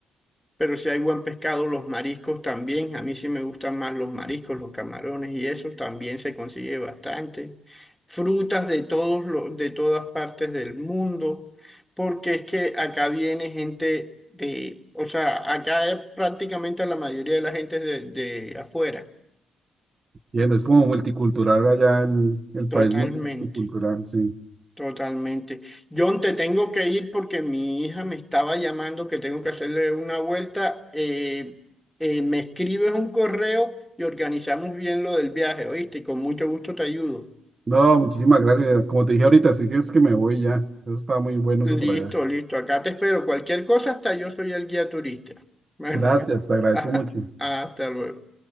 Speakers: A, in the centre; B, on the right.
A: Pero si hay buen pescado, los mariscos también. A mí sí me gustan más los mariscos, los camarones y eso también se consigue bastante. Frutas de todos lo- de todas partes del mundo, porque es que acá viene gente de, o sea, acá prácticamente la mayoría de la gente es de, de afuera.
B: Entiendo, es como multicultural allá el, el
A: Totalmente.
B: país, muy multicultural, sí.
A: Totalmente. John, te tengo que ir porque mi hija me estaba llamando que tengo que hacerle una vuelta. Eh, eh, me escribes un correo y organizamos bien lo del viaje, ¿oíste? Y con mucho gusto te ayudo.
B: No, muchísimas gracias. Como te dije ahorita, sí que es que me voy ya. Eso está muy bueno,
A: Listo,
B: eso por allá.
A: listo. Acá te espero. Cualquier cosa, hasta yo soy el guía turista. Bueno,
B: Gracias, te agradezco
A: <laughs>
B: mucho.
A: hasta luego.